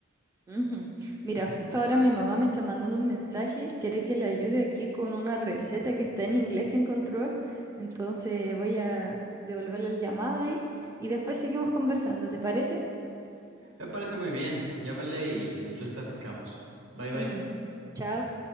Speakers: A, on the right; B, on the right.
A: Ujú. Mira, justo ahora mi mamá me está mandando un mensaje, quiere que le ayude aquí con una receta que está en inglés que encontró, entonces voy a devolverle el llamado ahí y después seguimos conversando, ¿te parece?
B: Me parece muy bien, llámale y y después platicamos. Bye bye.
A: Ujú. <laughs> Chao.